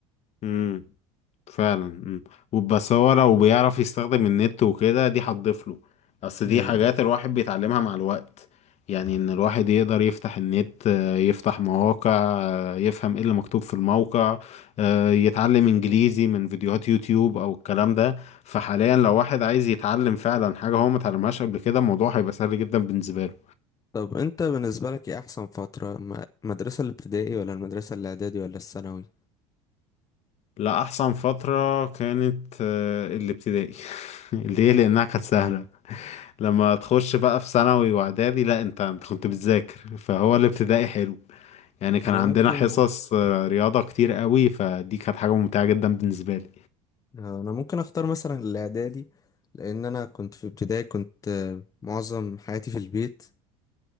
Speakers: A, on the left (about 45°); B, on the left (about 25°).
A: امم فعلا امم وبس هو لو بيعرف يستخدم النت وكده دي هتضيف له بس دي
B: ايوه
A: حاجات الواحد بيتعلمها مع الوقت يعني ان الواحد يقدر يفتح النت آه، يفتح مواقع آه، يفهم ايه اللي مكتوب في الموقع آه، يتعلم انجليزي من فيديوهات يوتيوب او الكلام ده فحاليا لو واحد عايز يتعلم فعلا حاجة هو ما اتعلمهاش قبل كده الموضوع هيبقى سهل جدا بالنسبة له
B: طب انت بالنسبة لك ايه احسن فترة الم- المدرسة الابتدائي ولا المدرسة الاعدادي ولا الثانوي
A: لا احسن فترة كانت آه، الابتدائي <laughs> ليه لانها كانت سهلة لما تخش بقى في ثانوي واعدادي لا انت انت كنت بتذاكر فهو الابتدائي حلو يعني كان
B: انا
A: عندنا
B: ممكن
A: حصص آه، رياضة كتير قوي فدي كانت حاجة ممتعة جدا بالنسبة لي
B: انا ممكن اختار مثلا الاعدادي لان انا كنت في ابتدائي كنت آه، معظم حياتي في البيت